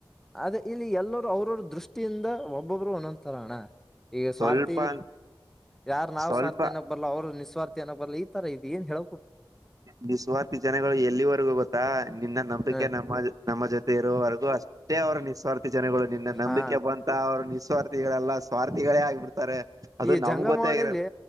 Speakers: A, in the centre; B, on the right.
A: ಅದೇ ಇಲ್ಲಿ ಎಲ್ಲರೂ ಅವ್ರವ್ರ ದೃಷ್ಟಿಯಿಂದ ಒಬ್ಬೊಬ್ರು ಒಂದೊ್ ತರೋಣ್ಣ ಈಗ
B: ಸ್ವಲ್ಪ
A: ಸ್ವಾರ್ಥಿ
B: ಸ್ವಲ್ಪ
A: ಯಾರ್ ನಾವ್
B: ಸ್ವಲ್ಪ
A: ಸ್ವಾರ್ಥಿ ಅನ್ನೋ ಬಲ್ಲ ಅವ್ರ ನಿಸ್ ರ್ಥಿನೋ ಬರ್ಲ್ಲ ಈ ತರ ಇದು ಏನ್ ಹೇಳ
B: ಬಿಸ್ವಾರ್ಥ ಜನಗಳು ಎಲ್ಲಿವರೆಗೂ ಗೊತ್ತಾ ನಿನ್ನ ನಂಬಿಕೆ
A: ಹ
B: ನ ನಮ್ಮ ನಮ್ಮ ಜೊತೆ ಇರೋವರೆಗೂ ಅಷ್ಟೇ ಅವರ ನಿಸ್ವಾರ್ಥಿ ಜನಗಳು ನಿನ್ನ ನಂಬಿಕೆ
A: ಹಾ
B: ಬ ಅವ್ರ ನಿಸ್ವಾರ್ಥಿಗಳೆಲ್ಲ ಸ್ವಾರ್ಥಿಗಳೇ ಆಗ್ಬಿಡ್ತಾರೆ ಅದು
A: ಈ
B: ನಮ್ಗ್
A: ಜಂಗಮಳಲಿ
B: ಗೊತ್ತೇ ಆಗಿರಲ್ಲ